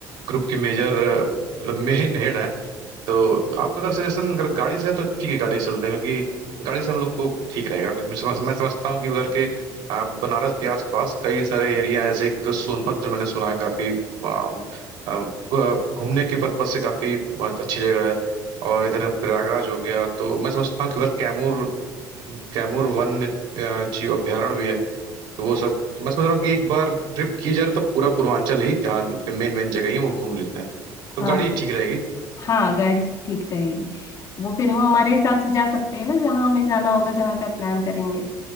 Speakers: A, on the right; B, on the left.
A: ग्रुप की मेजर मतलब मेन हेड तो आपका अगर सजेशन अगर गाड़ी से है तो ठीक है गाड़ी से चलते हैं क्योंकि गाड़ी से हम लोग को ठीक रहेगा क्योंकि मुझे समझ, मैं समझता हूँ कि उधर के आ, बनारस के आसपास कई सारे एरिया है, जैसे एक सोनभद्र मैंने सुना है काफी आम, आ, आ, घूमने के पर्पज से काफी बहुत अच्छी जगह है और इधर प्रयागराज हो गया तो मैं समझता हूँ कि उधर कैमूर कैमूर वन आ, जीव अभयारण्य भी है तो वो सब तो मैं समझ रहा हूँ कि एक बार ट्रिप की जा रही है तो पूरा पूर्वांचल ही जहाँ उसके मेन मेन जगह ही हैं वो घूम लेते हैं तो
B: हाँ
A: गाड़ी ठीक रहेगी
B: हाँ गाड़ी से ठीक रहेगी वो फिर हम हमारे हिसाब से जा सकते हैं ना जहाँ हमें जाना होगा जहाँ का प्लान करेंगे